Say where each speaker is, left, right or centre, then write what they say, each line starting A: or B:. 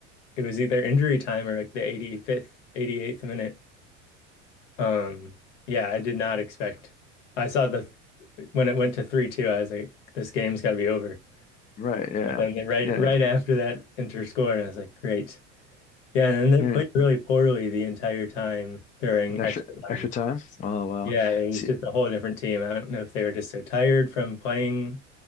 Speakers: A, on the left; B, on the left.
A: it was either injury time or like the 85th, 88th minute. Um, yeah, I did not expect. I saw the when it went to 3-2, I was like, this game's got to be over.
B: right. Yeah.
A: And then they right
B: Yeah.
A: right after that Inter score, and I was like, great. Yeah, and then
B: And,
A: they played really poorly the entire time during
B: and extra
A: extra time.
B: extra time. Oh wow.
A: Yeah, he's
B: See,
A: just a whole different team. I don't know if they were just so tired from playing